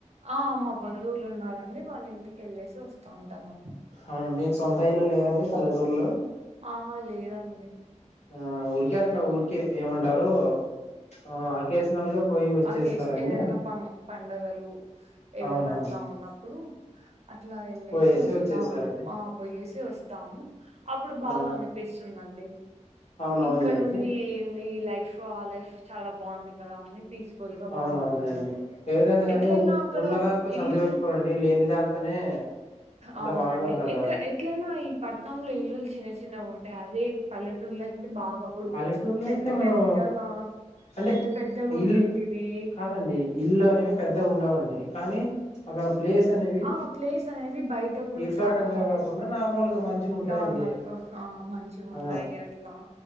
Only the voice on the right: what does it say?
ఆ మా బంధువులు ఉన్నారండి. వాళ్ళ ఇంటికి వెళ్ళేసి వస్ వస్తాంటాము.
ఆహా లేదండి.
ఆకేష్ ఏదన్న
పం పండగలు ఏదన్నా
అట్ల ఉన్నప్పుడు, అట్లా ఎళ్ళేసి
వస్తా.
ఆ పొయ్యేసి వస్తాము. అప్పుడు బాగ
అనిపిస్తున్ అండి
ఇక్కడ ఉండి ఏంది ఈ లైఫ్ ఆ లైఫ్ చాలా బాంది కదా అని పీస్ఫుల్ గా
బాంటుందన్,
ఎట్లయినా అక్కడ
ఇల్లులు
అవునండి.
ఎక్క ఎట్లైనా, ఈ పట్నంలో ఇల్లులు చిన్న చిన్నగా ఉంటాయి అదే, పల్లెటూర్లో అయితె బాగా అప్పుడు
పెద్ద
పెద్దగా
పెద్ద పెద్దగా ఉండేటివి
ఆ ప్లేస్ అనేది బయట కూడా
చాలా
నార్మల్గా ఆ మంచిగుంటాయి
అట్లా